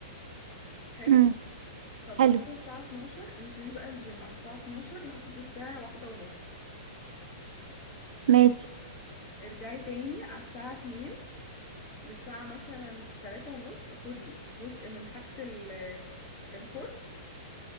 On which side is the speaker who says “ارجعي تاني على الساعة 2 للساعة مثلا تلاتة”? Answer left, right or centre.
Left